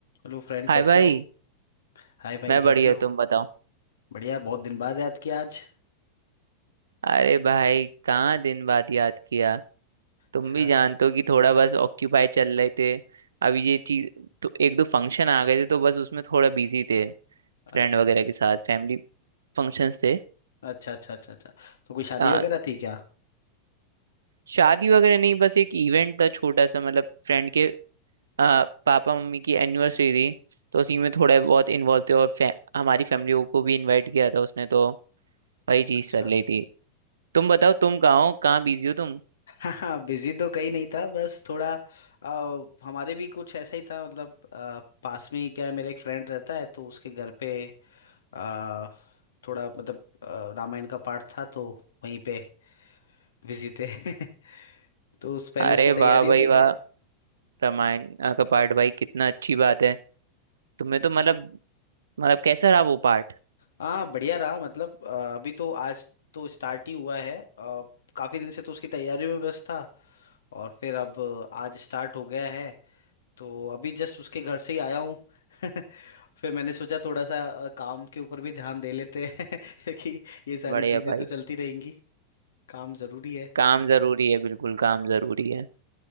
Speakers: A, on the left; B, on the right.
A: Hello friend
B: हाय
A: कैसे
B: भाई
A: हो Hi भाई
B: मैं बढ़िया
A: कैसे हो
B: तुम बताओ
A: बढ़िया बहुत दिन बाद याद किया आज
B: अरे भाई कहाँ दिन बाद याद किया तुम
A: हाँ
B: भी जानते हो कि थोड़ा बस ऑक्यूपाई चल रहे थे अभी ये चीज तो एक दो फंक्शन आ गए थे तो बस उसमें थोड़ा बिजी थे फ्रेंड
A: अच्छा
B: वगैरह के साथ फैमिली फंक्शंस थे
A: अच्छा अच्छा अच्छा अच्छा तो कोई शादी
B: आ,
A: वगैरह थी क्या
B: शादी वगैरह नहीं बस एक इवेंट था छोटा सा मतलब फ्रेंड के आ, पापा मम्मी की एनिवर्सरी थी तो उसी में थोड़ा बहुत इन्वॉल्व थे और फै, हमारी फैमिली को भी इन्वाइट किया था उसने तो वही चीज
A: अच्छा
B: चल रही थी तुम बताओ तुम कहाँ हो कहाँ बिजी हो तुम
A: हाँ हाँ बिजी तो कहीं नहीं था बस थोड़ा आ, हमारे भी कुछ ऐसा ही था मतलब आ, पास में ही क्या है मेरा एक फ्रेंड रहता है तो उसके घर पे आ, थोड़ा मतलब आ, रामायण का पाठ था तो वहीं पे बिजी थे <laughs> तो उस पहले
B: अरे
A: उसकी
B: वाह
A: तैयारियों
B: भाई
A: में
B: वाह
A: थे
B: रामायण अ, का पार्ट भाई कितना अच्छी बात है तुम्हें तो मतलब मतलब कैसा रहा वो पार्ट
A: हाँ बढ़िया रहा मतलब अ, अभी तो आज तो स्टार्ट ही हुआ है अ, काफी दिन से तो उसकी तैयारी में व्यस्त था और फिर अब आज स्टार्ट हो गया है तो अभी जस्ट उसके घर से ही आया हूँ <laughs> फिर मैंने सोचा थोड़ा सा अ, काम के ऊपर भी ध्यान दे लेते हैं <laughs> कि ये सारी
B: बढ़िया
A: चीजें
B: भाई
A: तो चलती रहेंगी काम जरूरी है
B: काम जरूरी है बिल्कुल काम जरूरी है